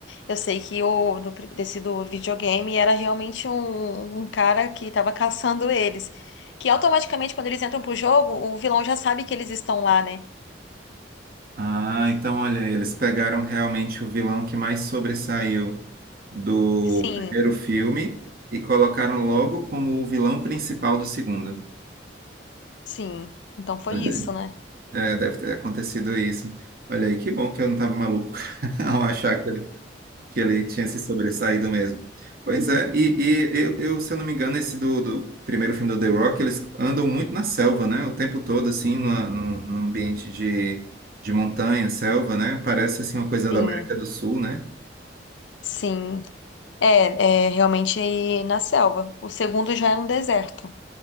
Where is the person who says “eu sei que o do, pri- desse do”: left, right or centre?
Left